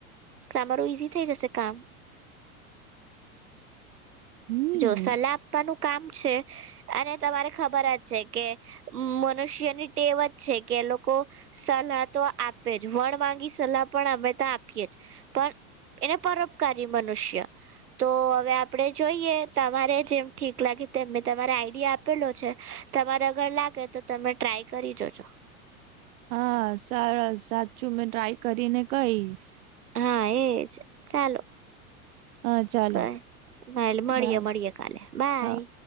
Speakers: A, on the right; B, on the right.
A: તમારો ઈઝી થઈ જશે કામ
B: હમ
A: જો સલાહ આપવાનું કામ છે. અને તમારે ખબર જ છે કે, મનુષ્યની ટેવ જ છે કે, લોકો સલાહ તો આપે જ વણ માંગી સલાહ પણ અમે તો આપીએજ. પણ એને પરોપકારી મનુષ્ય તો હવે આપણે જોઈએ તમારે જેમ ઠીક લાગે તે મેં તમારે આઈડિયા આપેલો છે તમારે આગળ લાગે તો તમે ટ્રાય કરી જાજો.
B: હા સરસ સાચું મેં ટ્રાય કરીને કઈસ
A: હા એજ ચાલો
B: હા ચાલો
A: કય ભલે મળીયે
B: બાય
A: મળીયે કાલે. બાય
B: હા